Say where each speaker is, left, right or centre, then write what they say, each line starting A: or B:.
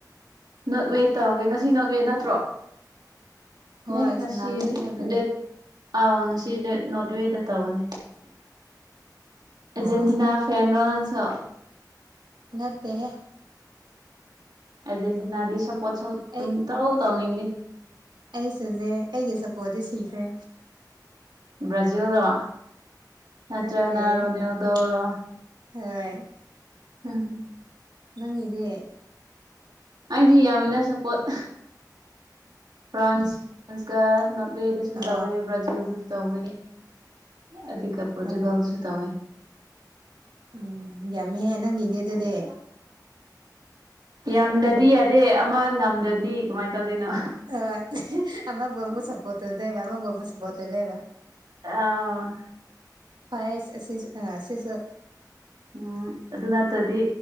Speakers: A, on the right; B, on the right.
A: ꯅꯣꯠꯋꯦ ꯇꯧꯔꯥꯒꯦ ꯉꯁꯤ ꯅꯣꯠꯋꯦ ꯅꯠꯇ꯭ꯔꯣ
B: ꯍꯣꯏ
A: ꯌꯦ ꯉꯥꯁꯤ
B: ꯁꯥꯟꯅꯒꯅꯤ ꯍꯥꯏꯕꯅꯦ
A: ꯗꯦꯠ ꯑꯧ ꯉꯥꯁꯤ ꯅꯣꯔꯠꯋꯦꯗꯥ ꯇꯧꯒꯥꯅꯤ
B: ꯑꯣ
A: ꯑꯥꯖꯦꯟꯇꯤꯅꯥ ꯐꯦꯟꯔꯣ ꯅꯪꯁꯨ
B: ꯅꯠꯇꯦ ꯍꯦ
A: ꯑꯥꯔꯖꯦꯟꯇꯤꯅꯥꯗꯤ ꯁꯞꯄꯣꯔꯠ
B: ꯑꯩ
A: ꯁꯨꯝꯇꯧ ꯇꯧꯅꯤꯡꯗꯦ
B: ꯑꯩꯁꯨꯅꯦ ꯑꯩꯒꯤ ꯁꯞꯄꯣꯔꯠꯇꯤ ꯁꯤꯈ꯭ꯔꯦ
A: ꯕ꯭ꯔꯥꯖꯤꯜꯂꯣ ꯅꯠꯇ꯭ꯔꯒꯥꯅ
B: ꯅꯠꯇꯦ
A: ꯔꯣꯅꯦꯜꯗꯣꯔꯣ
B: ꯍꯣꯏ
A: ꯎꯝ
B: ꯅꯪꯒꯤꯗꯤ
A: ꯑꯩꯗꯤ ꯌꯥꯝꯃꯤꯗꯥ ꯁꯞꯄꯣꯔꯠ ꯐ꯭ꯔꯥꯟꯁ ꯐ꯭ꯔꯥꯟꯁꯀꯥ ꯋꯦꯗꯥꯁꯨ
B: ꯑ
A: ꯇꯧꯋꯦ ꯕ꯭ꯔꯥꯖꯤꯜꯗꯁꯨ ꯇꯧꯋꯦ ꯑꯗꯨꯒꯥ ꯄꯣꯔꯇꯨꯒꯜꯗꯥꯁꯨ
B: ꯑ
A: ꯇꯧꯋꯦ
B: ꯎꯝ ꯌꯥꯝꯃꯦꯍꯦ ꯅꯪꯒꯤꯗꯤ ꯑꯗꯨꯗꯤ
A: ꯌꯥꯝꯗ꯭ꯔꯥꯗꯤ ꯌꯥꯗꯦ ꯑꯃ ꯉꯝꯗ꯭ꯔꯥꯗꯤ ꯀꯃꯥꯏ ꯇꯧꯗꯣꯏꯅꯣ
B: ꯍꯣꯏ ꯑꯃꯥꯕꯨ ꯑꯃꯨꯛ ꯁꯞꯄꯣꯔꯠ ꯇꯧꯗꯣꯏꯕꯥ ꯑꯃꯥꯕꯨ ꯑꯃꯨꯛ ꯁꯞꯄꯣꯔꯠ ꯇꯧꯗꯣꯏꯕ
A: ꯑꯥ <unintelligible>
B: ꯄꯌꯦꯁ ꯑꯁꯤ ꯁꯤꯁꯨ
A: ꯎꯝ ꯑꯗꯨ ꯅꯠꯇ꯭ꯔꯗꯤ